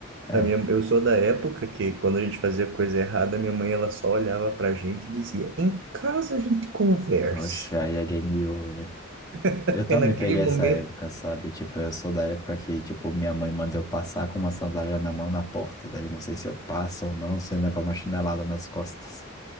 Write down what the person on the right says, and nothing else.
A minha, eu sou da época que, quando a gente fazia coisa errada, minha mãe ela só olhava pra gente e dizia: Em casa a gente conversa.
<laughs>
E naquele
momento.